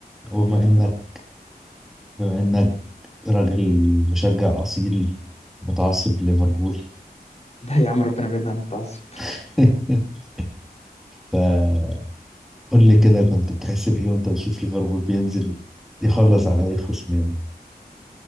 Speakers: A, in the centre; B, on the left (about 40°).
A: وبما
B: يا
A: انك
B: خرابي
A: بما انك راجل مشجع اصيل متعصب ليفربول
B: لا يا عم ربنا يبعدنا عن التعصب
A: <laughs> فقول لي كده كنت بتحس بايه وانت بتشوف ليفربول بينزل يخلص على اي خصم يعني